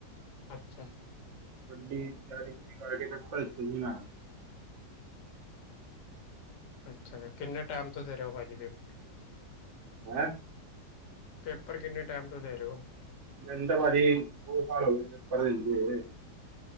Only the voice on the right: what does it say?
ਗੱਡੀ, ਚੜਦੀ ਕਰਕੇ ਫਿਰ ਭੇਜੁ ਨਾ।
ਹੈਂ?
ਮੈਨੰ ਤਾਂ ਭਾਜੀ ਦੋ-ਸਾਲ ਹੋ ਗਏ ਨੇ, ਪੇਪਰ ਦਿੰਦੇ ਹੋਏ।